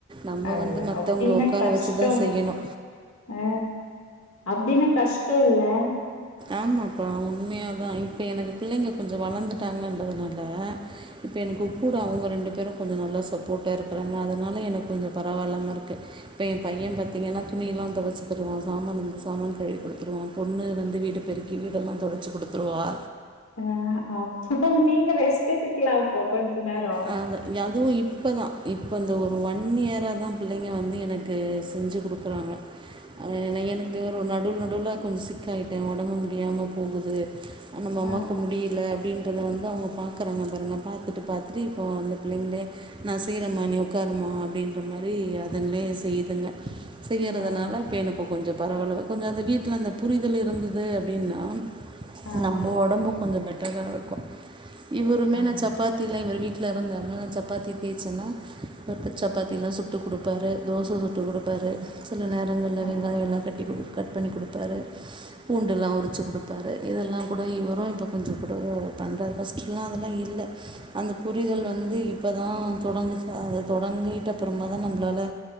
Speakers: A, on the right (about 20°); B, on the left (about 70°).
A: நம்ம
B: ஐயோ!
A: வந்து மத்தவங்கள
B: அப்டின்னா
A: உக்கார
B: கஷ்டம்
A: வெச்சுதா
B: இல்ல.
A: செய்யணு
B: ஆ அப்டின்னா கஷ்டோல்ல
A: ஆமாப்பா உண்மையாதா இப்போ எனக்கு பிள்ளைங்க கொஞ்சோ வளந்துட்டாங்கன்றதுனால இப்ப எனக்கு கூட அவுங்க ரெண்டு பேரும் கொஞ்சோ நல்லா சப்போர்ட்டா இருக்கறாங்க அதனால எனக்கு கொஞ்சோ பரவால்லாம இருக்கு இப்ப என் பைய பாத்தீங்கன்னா துணி எல்லா தொவச்சு தருவா சாமான் வந்து சாமான் கழுவி கொடுத்துருவா பொண்ணு வந்து வீட் டு பெருக்கி வீடெல்லா தொடச்சி குடுத்துருவா
B: அ அப்பட்டா நீங்க ரெஸ்ட் எடுக்கலாம் இப்போ கொஞ்ச நேரோ
A: ஆக ரகுவு இப் இப்ப தா இப்ப இந்த ஒரு ஒன் இயரா தா பிள்ளைங்க வந்து எனக்கு செஞ்சு குடுக்குறாங்க ஆ ஏன்னா எனக்கு வேற நடுவ்ல நடுவ்ல கொஞ்சோ சிக் ஆயிட்ட ஒடம்பு முடியாம போகுது நம்ப அம்மாக்கு
B: ஆ,
A: முடியல அப்படின்றத வந்து அவுங்க பாக்குறாங்க பாருங்க பாத்துட்டு பாத்துட்டு இப்போ அந்த பிள்ளைங்ளே நா செய்றமா நீ ஒக்காருமா அப்டின்ற மாரி அதுங்ளே செய்துங்க செய்யறதுனால
B: ஆ,
A: இப்போ எனக்கு கொஞ்சோ பரவால கொஞ்சோ அந்த வீட்ல அந்த புரிதல் இருந்துது அப்டின்னா
B: ஆ,
A: நம்ப ஒடம்பு கொஞ்சோ பெட்டரா இருக்கோ இவருமே
B: ஆ,
A: நா சப்பாத்தில்லா எங்க வீட் ல இருந்தாருனா சப்பாத்தி தேய்சன்னா மொத்த சப்பாத்தில்லா சுட்டு குடுப்பாரு தோச ஊத்தி குடுப்பாரு சில நேரங்கள்ல
B: ஆ, ஆ,
A: வெங்காய எல்லா கட்டி குடு கட் பண்ணி குடுப்பாரு பூண்டெல்லா உரிச்சு குடுப் பாரு இதெல்லா கூட இவரும் இப்போ கொஞ்சோ கூட பண்ணுறாரு ஃபர்ஸ்ட்டுலா அதெல்லா இல்ல புரிதல்
B: ஆ.
A: வந்து இப்போ தா தொடங்குச்சு அத தொடங்கிட்டப்புறமா தா நம்ளால